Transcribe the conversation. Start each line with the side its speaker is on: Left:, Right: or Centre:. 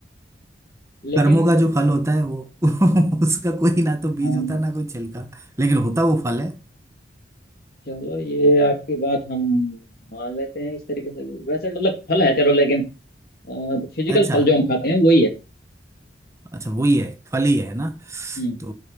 Left: लेकिन
Right: कर्मों का जो फल होता है वो <laughs> उसका कोई ना तो बीज
Left: हम
Right: होता है ना कोई छिलका लेकिन होता वो फल है
Left: चलो ये आपकी बात हम मान लेते हैं इस तरीके से वैसे मतलब फल है चलो लेकिन फिजिकल
Right: अच्छा
Left: फल जो हम खाते हैं वही है
Right: अच्छा वही है फल ही है ना
Left: हम्म
Right: तो